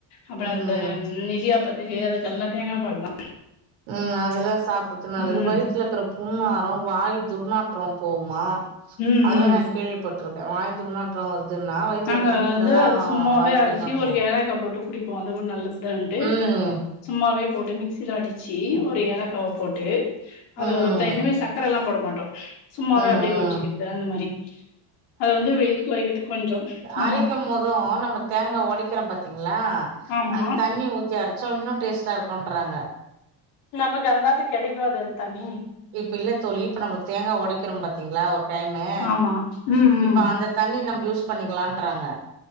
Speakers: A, on the left; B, on the right.
A: அப்றோ
B: ம்
A: அந்த இடியாப்பத்துக்கு அதுக்கெல்லா தேங்கா பால்தா
B: ம் அதெல்லா சாப்றது நல்லது
A: ம்
B: வயித்ல இருக்ற புன் ஆறு வாய் துர்நாற்ற போமா
A: ம்
B: அதெல்லா
A: ம்
B: நா கேள்விப்பட்ருக்கே வாய் துர்நாற் துர்நாற்ற வருதுன்னா வயித்ல
A: நாங்க
B: புண்ணு
A: வந்து
B: இருந்தாதா
A: அது சும்மாவே
B: வாய்
A: அரச்சி
B: துர்நாற்றோ
A: ஒரு ஏலக்கா போட்டு குடிக்குவோ அது கூட நல்லதுதான்ட்டு
B: ம்
A: சும்மாவே போட்டு மிக்சில அடிச்சி ஒரு ஏலக்காவ போட்டு
B: ம்
A: அது <unintelligible> சக்கரலா போட மாட்டோ சும்மாவே
B: ம்
A: அப்டியே குடிச்சிகிது
B: ம்
A: அந்த மாரி அது வந்து வெய்ட் கொறைக்கிறதுக்கு கொஞ்சோ
B: அரைக்கும்போதோ
A: ஆமா
B: நம்ம தேங்கா ஒடக்கிறோ பாத்தீங்களா
A: ஆமா
B: அந்த தண்ணி ஊத்தி அரைச்சா இன்னு டேஸ்டா இருக்குன்றாங்க
A: நமக்கு அன்னாத்துக்கு கெடைக்காது அந்த தண்ணி
B: இப்ப இல்ல தோழி இப்ப நம்ம தேங்கா ஒடைக்கிறோ பாத்தீங்களா ஒரு டைமு
A: ஆமா ம் ம்
B: இப்ப அந்த தண்ணி நம்ம யூஸ் பண்ணிக்கலான்றாங்க